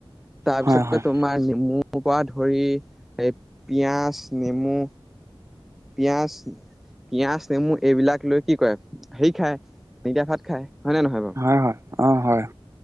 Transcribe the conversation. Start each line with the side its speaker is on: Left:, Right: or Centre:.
Centre: তাৰপিছতে
Right: হয় হয়
Centre: তোমাৰ নেমু মোৰ পৰা ধৰি এই পিয়াজ, নেমু পিয়াজ, পিঁয়াজ, নেমু এইবিলাক লৈ কি কৰে হেৰি খায়, পানী দিয়া ভাত খায় হয় নে নহয় বাৰু।
Right: হয়, হয়। অ', হয়।